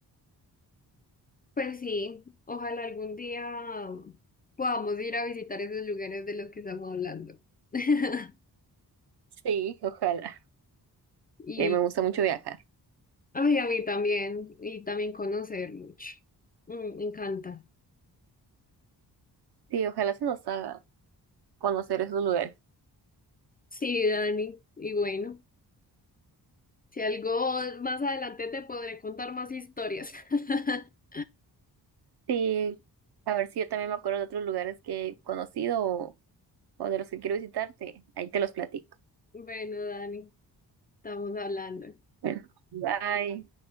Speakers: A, on the left (about 25°); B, on the right (about 70°).
A: Pues sí, ojalá algún día podamos ir a visitar esos lugares de los que estamos hablando. <laughs>
B: Sí, ojalá.
A: Y,
B: Que me gusta mucho viajar.
A: ay, a mí también, y también conocer mucho. Mm, me encanta.
B: Sí, ojalá se nos haga conocer esos lugares.
A: Sí, Dani, y bueno, si algo más adelante te podré contar más historias. <laughs>
B: Sí, a ver si yo también me acuerdo de otros lugares que he conocido o, o de los que quiero visitarte. Ahí te los platico.
A: Bueno, Dani, estamos hablando.
B: Bueno, bye.